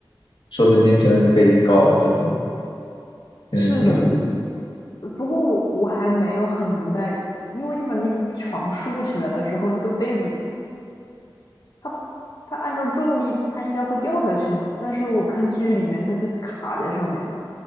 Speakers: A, on the left (about 85°); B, on the left (about 50°).
A: 说不定真的可以搞这种，真的挺有意思。
B: 是的。不过我我还没有很明白，因为你把那个床竖起来了之后，那个被子它它按照重力它应该会掉下去嘛，但是我看剧里面它就卡在上面了，